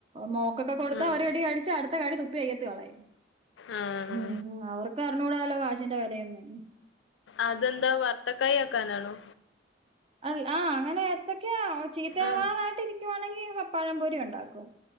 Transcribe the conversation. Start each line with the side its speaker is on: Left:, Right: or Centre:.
Right: മോക്കൊക്കെ കൊടുത്താ
Left: ഉം
Right: ഒരു കടി കഴിച്ച അടുത്ത കടി തുപ്പി വക്കത്തേയൊള്ളേ
Left: ആഹ്
Right: ഉം. അവർക്ക് വർക്കറിഞ്ഞൂടാലോ കാശിന്റെ വെലയൊന്നു
Left: അതെന്താ വർത്തക്കായ ക്കാനാണോ?
Right: അല്ല ആഹ് അങ്ങനെ ഏത്തെക്ക ചീത്തയാവാറായിട്ട്
Left: ഉം
Right: ഇരിക്കുവാണെങ്കിൽ പഴംപൊരി ഉണ്ടാക്കും.